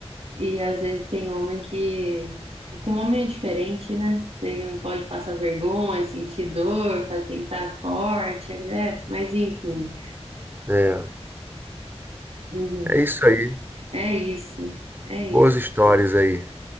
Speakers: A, on the right; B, on the right.
A: E às vezes tem homem que. Com homem é diferente, né? Tem, não pode passar vergonha, sentir dor, faz- tem que estar forte, né? Mas enfim.
B: É,
A: Uhum.
B: é isso aí.
A: É isso. É
B: Boas
A: isso.
B: histórias aí.